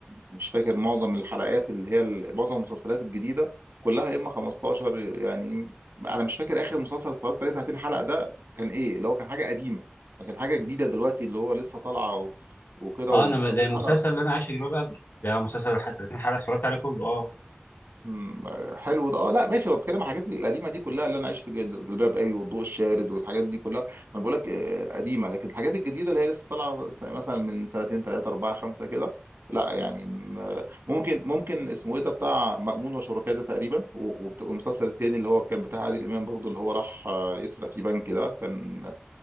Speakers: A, on the right; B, on the left.
A: مش فاكر معظم الحلقات اللي هي ال- معظم المسلسلات الجديده كلها يا اما 15 يعني انا مش فاكر اخر مسلسل اتفرجت عليه 30 حلقه ده كان ايه اللي هو كان حاجه قديمه لكن حاجه جديده دلوقتي اللي هو لسه طالعه و- وكده
B: اه انا ما-
A: و30
B: زي المسلسل
A: حلقه
B: اللي انا عايش في جلباب ابي ده مسلسل ح- 30 حلقه اتفرجت عليه كله اه
A: مم، حلو ده اه لا ماشي هو بتكلم عن الحاجات القديمه دي كلها اللي انا عايش في جل- جلباب قوي والضوء الشارد والحاجات دي كلها ما بقول لك آه، قديمه لكن الحاجات الجديده اللي هي لسه طالعه س- مثلا من سنتين ثلاثه اربعه خمسه كده لا يعني م- ممكن ممكن اسمه ايه ده بتاع مأمون وشركاه ده تقريبا و- وبت- والمسلسل التاني اللي هو كان بتاع عادل امام برضو اللي هو راح آه، يسرق في بنك ده كان